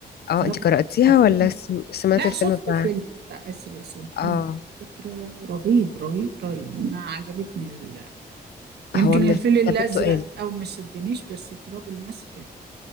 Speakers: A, on the left; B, on the right.
A: اه
B: تراب
A: انت قرأتيها
B: الماس كفيلم
A: ولا سم- سمعت
B: لا
A: الفيلم
B: شفت
A: بتاعها
B: فيلم بتاع آسر ياسين حلو
A: اه
B: فكرة رهيب رهيب رهيب أنا عجبتني ال... يمكن
A: هو من
B: الفيل
A: الكتاب
B: الأزرق
A: التقال
B: أو ما شدنيش بس تراب الماس حلو